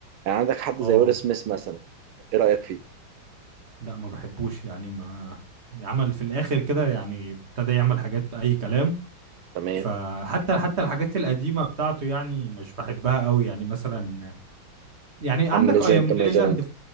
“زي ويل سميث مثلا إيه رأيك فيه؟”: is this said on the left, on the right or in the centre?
Right